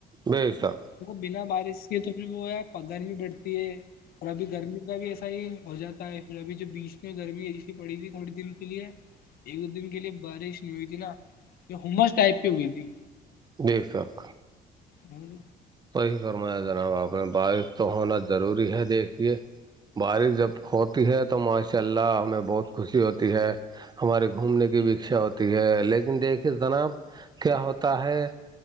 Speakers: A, on the right; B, on the left.
A: بے شک
B: د بنا بارش کے تو پھر وہ ہے گرمی بڑھتی ہے اور ابھی گرمی کا بھی ایسا ہی ہو جاتا ہے پھر ابھی جو بیچ میں گرمی ایسی پڑی تھی تھوڑی دن کے لیے ایک دو دن کے لیے بارش نہیں ہوئی تھی نا یہ ہوس ٹائپ کی ہوئی تھی
A: دے سک
B: ہوں
A: وہی فرمایا جناب آپ نے بارش تو ہونا ضروری ہے دیکھیے بارش جب ہوتی ہے تو ماشاء اللہ ہمیں بہت خوشی ہوتی ہے ہمارے گھومنے کی بھی اچھا ہوتی ہے لیکن دیکھیے جناب کیا ہوتا ہے